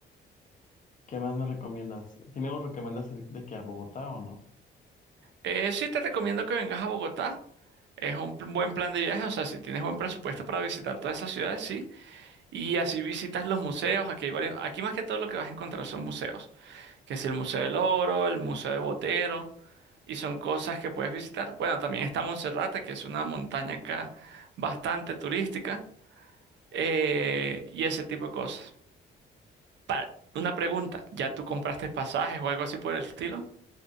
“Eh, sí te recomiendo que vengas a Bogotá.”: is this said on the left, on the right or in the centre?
Right